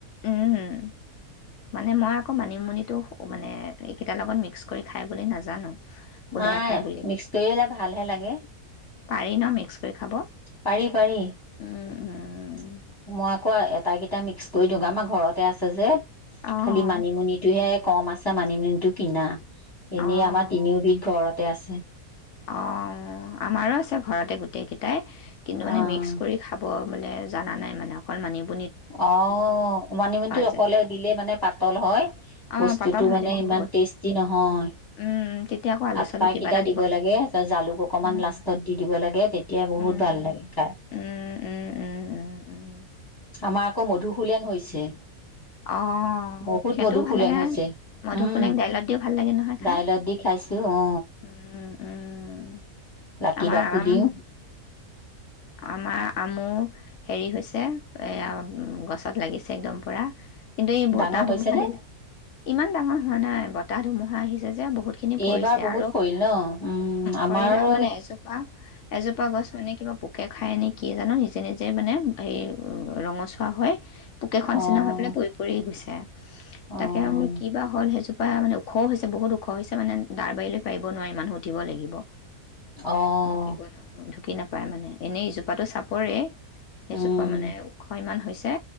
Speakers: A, on the left; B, on the left.
A: উমম, মানে মই আকৌ মানিমুনিটো মানে এইকেইটাৰ লগত মিক্স কৰি খাই বুলি নাজানো। সুদাই
B: নাই,
A: খাই বুলি কয়
B: মিক্স কৰিলে ভালহে লাগে।
A: পাৰি ন মিক্স কৰি খাব?
B: পাৰি পাৰি। মই
A: উম উম
B: আকৌ আটাইকেইটা মিক্স কৰি দিওঁ আমাৰ ঘৰতে আছে যে
A: অঁ
B: খালি মানিমুনিটোহে এক কম আছে মানিমুনিটো কিনা এনেই
A: অঁ
B: আমাৰ তিনিওবিধ ঘৰতে আছে ছে
A: অ আমাৰো আছে ঘৰতে গোটেই কেইটাই কিন্তু মানে
B: অ
A: মিক্স কৰি খাব বোলে জানা নাই মানে অকল মানিমু
B: অ মানিমুনিটো অকলে
A: যায়
B: দিলে মানে পাতল হয়
A: অঁ
B: বস্তুতটো
A: পাতল হয়
B: মানে
A: দেখি
B: ইমান
A: বহুত
B: টেষ্টি নহয়,
A: উম, তেতিয়া আকৌ আলু
B: আটাই
A: চালু কিবা
B: কেইটা
A: এটা
B: দিব লাগে জে-জালুক অকমান
A: উম।
B: লাষ্টত দি দিব লাগে তেতিয়া বহুত
A: উম,
B: ভাল লাগে খাই।
A: উম, উম, উম, উম, উম।
B: আমাৰ আকৌ মধুসোলেং হৈছে।
A: অ',
B: বহুত
A: সেইটোও
B: ফুলেং
A: ভাল লাগে নহয়।
B: হৈছে
A: মধুসোলেং
B: উম
A: দাইলত দিও ভাল লাগে নহয় খাই।
B: দাইলত দি খাইছো অ
A: উম, উম,
B: ৰাখী
A: আমাৰ
B: বাকো
A: আম
B: দিওঁ
A: আমাৰ আমো হেৰি হৈছে এয়া গছত লাগিছে একদম পুৰা। কিন্তু এই বতাহ
B: ডাঙৰ হৈছে
A: ধুমুহা
B: নে?
A: দিলে ইমান ডাঙৰ হোৱা নাই ব তাত ধুমুহা আহিছে যে বহুতখিনি পৰিছে
B: এইবাৰ বহুত
A: আৰু
B: সৰিল ন উম আমাৰ
A: কৰিডাল মানে এজোপা এজোপা গছ মানে কিবা পোকে খাই এনেই কিয়ে জানো নিজে নিজে মানে হেৰি ৰঙচুৱা হয় পোকে খোৱা
B: অ',
A: নিচিনা হৈ পেলাই পৰি পৰি গৈছে। <inaudible>
B: অ',
A: তাকে আৰু কিবা হল সেইজোপা‌ <inaudible> মানে ওখও হৈছে বহুত ওখ হৈছে মানে দাৰ <unintelligible> পাৰিব নোৱাৰি মানুহ উঠিব লাগিব
B: অ',
A: ঢুকিব ন ঢু কি নাপায় মানে, এনেই ইজোপাটো চাপৰেই এজোপা
B: উম,
A: মানে ওখ ইমান হৈছে যে